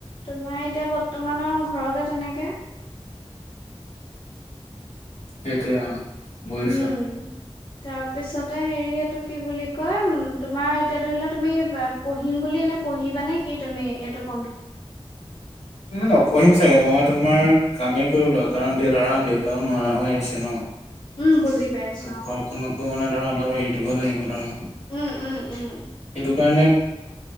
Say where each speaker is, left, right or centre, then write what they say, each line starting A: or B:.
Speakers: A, on the left; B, on the left.
A: তোমাৰ এতিয়া বৰ্তমানৰ ঘৰতে তেনেকে
B: সেইটোয়েই অ বুজিছো।
A: উম তাৰপিছতে হেৰি এইটো কি বুলি কয় উম তোমাৰ এতিয়া ধৰি লোৱা তুমি বা পঢ়িম বুলি এনে পঢ়িবা নে কি তুমি এইটোক
B: ন নপঢ়িম চাগে মই তোমাৰ কামেই কৰিবই কাৰণ এতিয়া ধৰা দেউতাও নোৱাৰা হৈ আহিছে ন
A: উম বুজি পাইছো অ
B: ঘৰখনকো মানে ধৰা অলপ হেৰি গ লাগিব ধৰা
A: উম উম উম
B: সেইকাৰণে